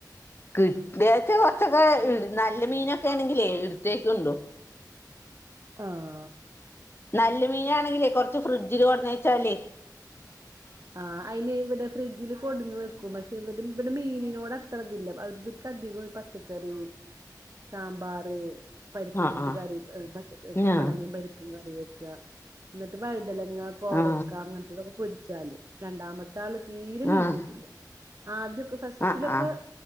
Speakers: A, on the left (about 35°); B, on the right (about 45°).
A: കിട്ടിയച്ച കൊറച്ചൊക്കെ നല്ല മീനൊക്കെ ആണെങ്കിലേ എടുത്തേക്ക ഉണ്ടോ?
B: ആഹ്
A: നല്ല മീനാണെങ്കിലേ കുറച്ച് ഫ്രിഡ്ജില് കൊടന്നച്ചാല്.
B: ആഹ് അതിനി ഇവിടെ ഫ്രിഡ്ജില് കൊടുന്ന് വെക്കു പക്ഷെ ഇവ ഇവിടെ മീനിനോട് അത്ര ഇതില്ല അവർക്ക് അധികം പ പച്ചക്കറി, സാമ്പാറ്. പരിപ്പിട്ടിട്ട്
A: ആ ആ
B: കറി പച
A: ആ
B: കുമ്പളങ്ങയും പരിപ്പും കറി വെക്ക ന്നിട്ട് വഴുതലങ്ങ കോവക്ക
A: ആ
B: അങ്ങനത്തെതൊക്കെ പൊരിച്ചാല്. രണ്ടാമത്തെ ആള് തീരെ മീൻ
A: ആ
B: കൂട്ടില്ല. ആദ്യൊക്കെ ഫസ്റ്റിലൊക്കെ
A: ആ ആ ആ ആ ആ